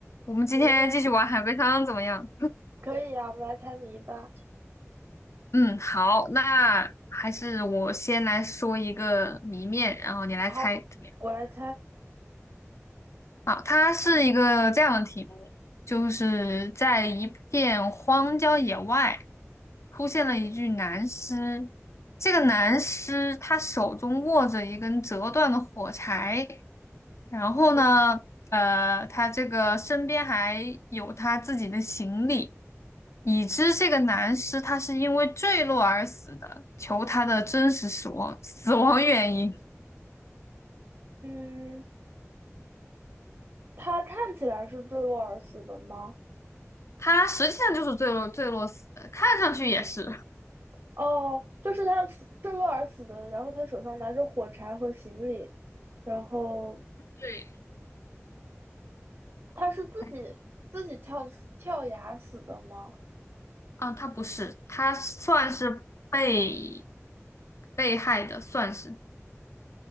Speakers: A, on the left; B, on the right.
A: 我们今天继续玩海龟汤怎么样？
B: 我们来可以啊，我们来猜谜吧。
A: 嗯，好，那还是我先来说一个谜面，然后你来猜怎么样？
B: 好，我来猜。
A: 啊，它是一个这样的题目，就是在一片荒郊野外出现了一具男尸，
B: 嗯
A: 这个男尸他手中握着一根折断的火柴，然后呢，
B: 哼
A: 呃，他这个身边还有他自己的行李。已知这个男尸他是因为坠落而死的，求他的真实死亡死亡原因。
B: 嗯，他看起来是坠落而死的吗？
A: 他实际上就是坠落坠落死的，看上去也是。
B: 哦，就是他死坠落而死的，然后他手上拿着火柴和行李，然后
A: 对，
B: 他是自己自己跳跳崖死的吗？
A: 哎啊，他不是，他算是被被害的，算是